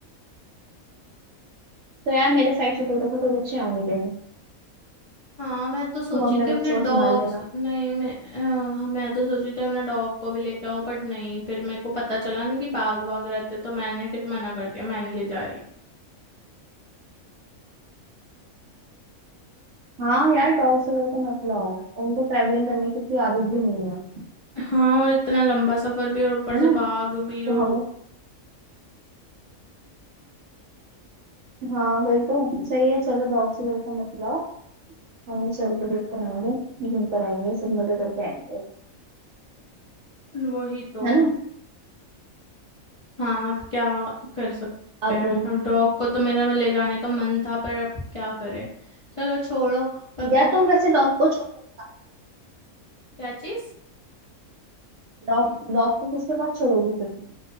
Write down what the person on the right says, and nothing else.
तो यार मेरे साइड से तो देखो कोई बच्चे आ नहीं रहे
तुम अपने
बच्चों
को संभाल लेना
हाँ यार डॉग्स वगैरह को मत लाओ उनको ट्रैवलिंग करने की इतनी आदत भी नहीं है
है
ना
तो
हम हाँ वही तो सही है चलो डॉग्स वगैरह को मत लाओ मम्मी सर को देख कर आएंगे घूम कर आएंगे सब मजे करके आएंगे
है ना
अब
या तुम वैसे डॉग को छोड़
डॉग डॉग को किसके पास छोड़ोगी फिर तुम?